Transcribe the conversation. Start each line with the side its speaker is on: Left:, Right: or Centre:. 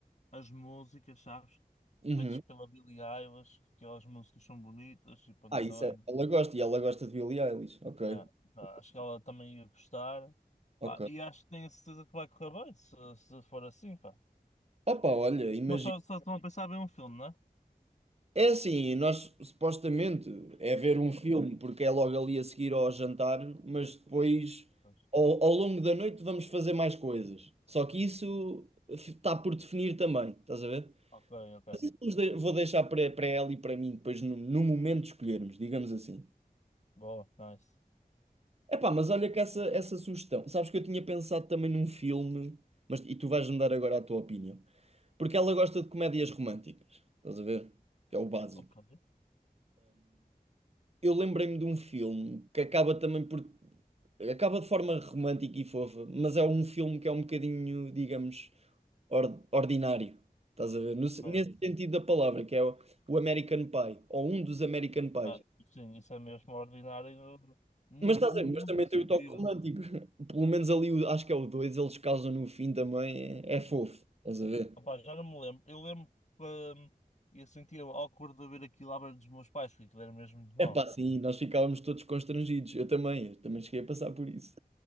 Left: as músicas, sabes?
Right: Uhum.
Left: Feitas pela Billie Eilish, que aquelas músicas são bonitas e pronto,
Right: Ah, isso
Left: também.
Right: é. Ela gosta, e ela gosta de Billie Eilish. Ok.
Left: Yeah, pá,
Right: Ok.
Left: acho que ela também ia gostar.
Right: Ok.
Left: Pá, e acho que tenho a certeza que vai correr bem, se, se for assim, pá.
Right: Opa, olha, imagina.
Left: Mas só, só estão a pensar bem um filme, né?
Right: É assim, nós supostamente é ver um filme porque é logo ali a seguir ao jantar, mas depois
Left: Pois.
Right: ao, ao longo da noite vamos fazer mais coisas. Só que isso está por definir também, estás a ver?
Left: Ok, ok.
Right: Mas isso vamos de- vou deixar para, para ela e para mim depois no, no momento escolhermos, digamos assim.
Left: Boa, nice.
Right: Epá, mas olha que essa, essa sugestão. Sabes que eu tinha pensado também num filme, mas e tu vais-me dar agora a tua opinião. Porque ela gosta de comédias românticas, estás a ver? Que é o básico.
Left: Ok,
Right: eu lembrei-me de um filme que acaba também por. Acaba de forma romântica e fofa, mas é um filme que é um bocadinho, digamos, or- ordinário. Estás a ver?
Left: ok.
Right: No se- nesse sentido da palavra, que é o, o American Pie, ou um dos American Pies.
Left: Ah, sim, isso é mesmo ordinário no, no
Right: Mas estás
Left: cúmulo
Right: a ver? Mas também
Left: do sentido.
Right: tem o toque romântico. <laughs> Pelo menos ali, o- acho que é o 2 eles casam no fim também, é, é fofo. Estás a ver?
Left: Opá, já não me lembro. Eu lembro que hum, eu sentia awkward de ver aquilo à beira dos meus pais, porque aquilo era mesmo muito mau.
Right: É pá, sim, nós ficávamos todos constrangidos. Eu também, eu também cheguei a passar por isso.